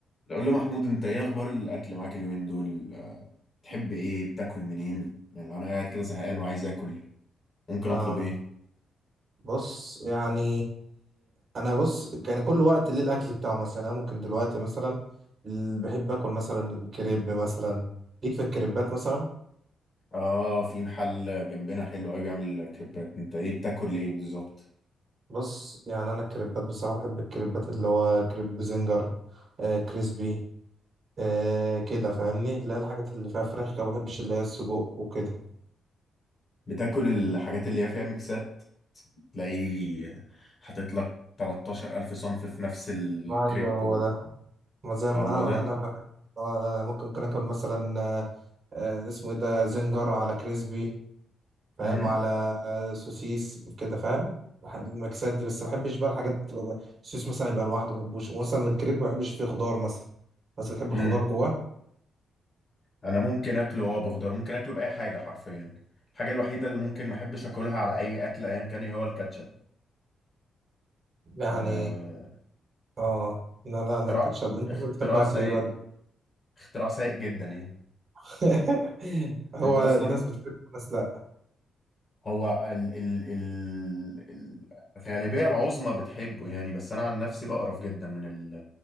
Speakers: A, on the left; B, on the right.
A: لو محمود انت ايه اخبار الاكل معاك اليومين دول أه، تحب ايه بتاكل منين يعني لو انا قاعد كده زهقان وعايز اكل ممكن
B: اه
A: اطلب ايه
B: بص يعني انا بص كان كل وقت ليه الاكل بتاعه مثلا انا ممكن دلوقتي مثلا ال- بحب اكل مثلا كريب مثلا ليك في الكريبات مثلا
A: اه في محل جنبنا حلو قوي بيعمل كريبات انت ايه بتاكل ايه بالظبط
B: بص يعني انا الكريبات بصراحه بحب الكريبات اللي هو كريب زنجر آه كريسبي آه كده فاهمني اللي هي الحاجات اللي فيها فراخ كده ما بحبش اللي هي السجق وكده
A: بتاكل الحاجات اللي هي فيها ميكسات تلاقيه حاطط لك 13000 الف صنف في نفس الكريب
B: ايوه هو
A: و...
B: ده ما زي
A: آه،
B: ما
A: هو
B: آه
A: ده
B: انا انا بحب اه أنا ممكن ممكن اكل مثلا آه آه، اسمه ايه ده زنجر على كريسبي فاهم
A: امم
B: على سوسيس كده فاهم المكسات دي بس ما بحبش بقى الحاجات تبقى السوسيس مثلا يبقى لوحده ما بحبوش مثلا الكريب ما بحبش فيه خضار مثلا بس بتحب
A: امم
B: الخضار جواه
A: انا ممكن اكله اه بخضار ممكن اكله باي حاجه حرفيا الحاجه الوحيده اللي ممكن ما احبش اكلها على اي اكل ايا كان هي هو الكاتشب
B: يعني
A: أه
B: اه لا لا
A: اختراع
B: لا الكاتشب انت
A: اختراع
B: بقى بتحب اكل
A: سيء
B: ايه بقى
A: اختراع سيء جدا يعني
B: <laughs> هو
A: انت اصلا
B: الناس بتحب الناس لا
A: هو ال ال ال ال- الغالبية العظمى بتحبه يعني بس انا عن نفسي بقرف جدا من ال